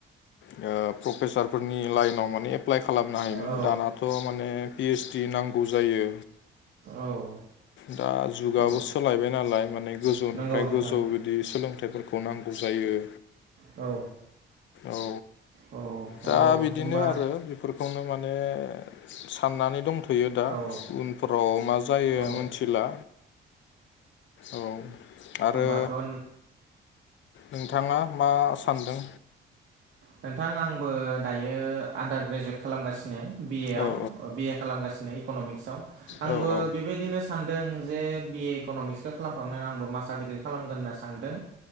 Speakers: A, on the left; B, on the right.
A: ओ प्रफेसार फोरनि लाइनाव माने एप्लाइ खालामनो हायोमोन
B: औ
A: दानाथ माने पि ओस दि नांगौ जायो
B: औ
A: दा जुगाबो
B: औ
A: सोलायबाय नालाय माने गोजौनिफ्राय
B: नंगौ नोंथां
A: गोजौ बिदि सोलोंथाइफोर खौ नांगौ जायो
B: औ
A: औ
B: औ
A: दा
B: औ
A: बिदिनो
B: होमबा
A: आरो बेफोरखौनो माने साननानै दंथ यो दा
B: औ
A: उनफोराव मा जायो
B: औ
A: मिथिला औ आरो
B: होमबाथ' औ
A: नोंथाङा। मा सान्दों।
B: नोंथां आंबो दायो आन्दार ग्रेजुवेट खालामगासिनो बिए
A: औ
B: आव बि ए‌आव खालामगासिनो इकनमिक्स आव आंबो
A: औ औ
B: बिबादिनो सानदों जे बिए इकनमिक्सखौ खालामखांनानै आंबो मास्टार डिग्रि खालामगोन होनना सानदों।